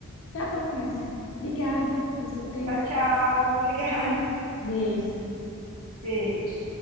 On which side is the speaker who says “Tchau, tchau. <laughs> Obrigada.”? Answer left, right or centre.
Right